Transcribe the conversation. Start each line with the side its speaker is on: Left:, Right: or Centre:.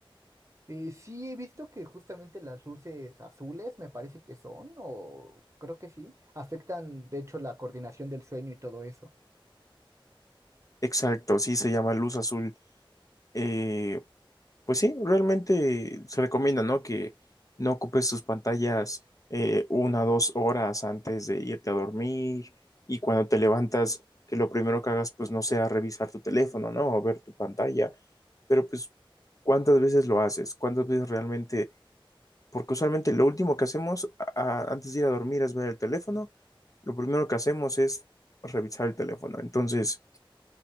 Right: Eh, sí, he visto que justamente las luces azules, me parece que son, o creo que sí, afectan de hecho la coordinación del sueño y todo eso.
Left: Exacto, sí se llama luz azul. Eh, Pues sí, realmente se recomienda, ¿no? Que no ocupes tus pantallas eh, una o dos horas antes de irte a dormir y cuando te levantas, que lo primero que hagas, pues no sea revisar tu teléfono, ¿no? O ver tu pantalla. Pero pues, ¿cuántas veces lo haces? ¿Cuántas veces realmente? Porque usualmente lo último que hacemos a- a- antes de ir a dormir es ver el teléfono. Lo primero que hacemos es revisar el teléfono. Entonces,